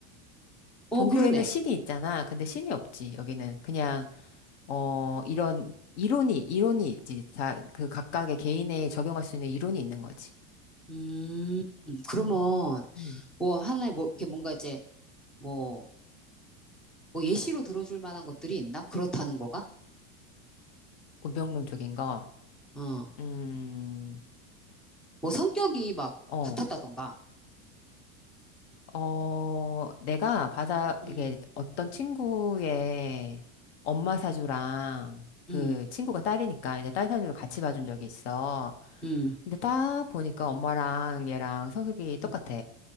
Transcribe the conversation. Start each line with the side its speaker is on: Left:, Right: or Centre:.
Centre: 어,
Left: 종교에는
Centre: 그러네.
Left: 신이 있잖아. 근데 신이 없지. 여기는 그냥 어 이런 이론이 이론이 있지. 다 그 각각의 개인에 적용할 수 있는 이론이 있는 거지.
Centre: 음, 그러면,
Left: 음, 음,
Centre: 뭐, 하나의, 뭐, 이렇게 뭔가 이제, 뭐, 뭐 예시로 들어줄 만한 것들이 있나? 그렇다는 거가?
Left: 운명론적인 거.
Centre: 어,
Left: 음,
Centre: 뭐 성격이 막
Left: 어.
Centre: 같았다던가.
Left: 어, 내가 받아
Centre: 음,
Left: 이게 어떤 친구의 엄마 사주랑
Centre: 음,
Left: 그 친구가 딸이니까 이제 딸 사주를 같이 봐준 적이 있어.
Centre: 음,
Left: 근데 딱 보니까 엄마랑 얘랑 성격이 똑같아.
Centre: 음,